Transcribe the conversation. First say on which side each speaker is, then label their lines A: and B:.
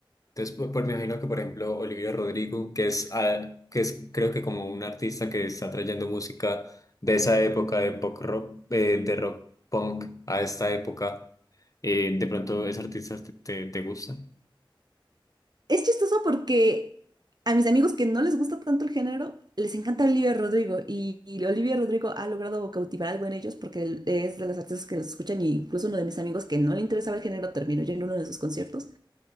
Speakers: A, on the left; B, on the right.
A: Entonces, por, por- me imagino que por ejemplo Olivia Rodrigo, que es, ah, que es creo que como un artista que está trayendo música de esa época de pop rock, eh, de rock punk a esta época, eh, de pronto ese artista te, te, te gusta.
B: Es chistoso porque a mis amigos que no les gusta tanto el género, les encanta Olivia Rodrigo y, y Olivia Rodrigo ha logrado cautivar algo en ellos porque él es de las artistas que los escuchan y incluso uno de mis amigos que no le interesaba el género terminó yendo a uno de sus conciertos.